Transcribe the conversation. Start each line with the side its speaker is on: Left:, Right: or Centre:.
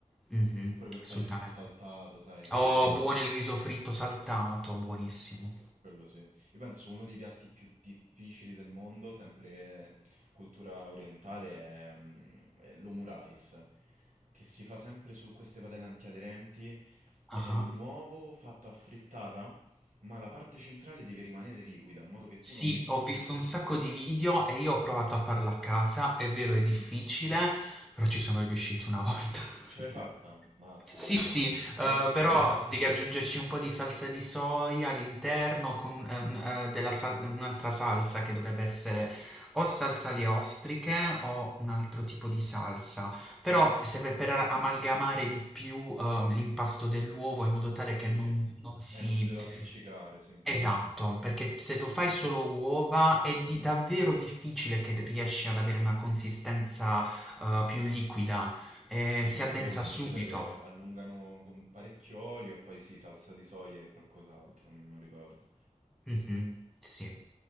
Centre: Mhm,
Right: Pure per fare
Centre: assolutamente.
Right: il riso saltato, sai?
Centre: Oh, Eh, buono il riso fritto saltato, buonissimo.
Right: Quello sì. Io penso uno dei piatti più difficili del mondo, sempre cultura orientale, è, mm, è l'omu rice, che si fa sempre su queste padelle antiaderenti.
Centre: Ah.
Right: È un uovo fatto a frittata, ma la parte centrale deve rimanere liquida, in modo che
Centre: Sì,
Right: tu lo metti...
Centre: ho visto un sacco di video e io ho provato a farla a casa, è vero è difficile,
Right: Mm,
Centre: però ci sono riuscito una volta.
Right: ce l'hai fatta?
Centre: <laughs>
Right: Mazza.
Centre: Sì, sì, eh,
Right: Eh, Io penso...
Centre: però
Right: <laughs>
Centre: devi aggiungerci un po' di salsa di soia all'interno con un- eh, un- eh, della sal- un'altra salsa che dovrebbe essere o salsa alle ostriche o un altro tipo di salsa. Però
Right: Sì.
Centre: serve per amalgamare di più eh, l'impasto dell'uovo in modo tale
Right: sì.
Centre: che non, non si
Right: Eh, non si deve appiccicare, sì.
Centre: Esatto, perché se lo fai solo uova è di davvero difficile che riesci ad avere una consistenza, uhm, più liquida, ehm,
Right: Sì,
Centre: si
Right: sì,
Centre: addensa
Right: io ho visto
Centre: subito.
Right: di solito allungano con parecchio olio e poi sì, salsa di soia e qualcos'altro, non ricordo.
Centre: Mh-mh, sì.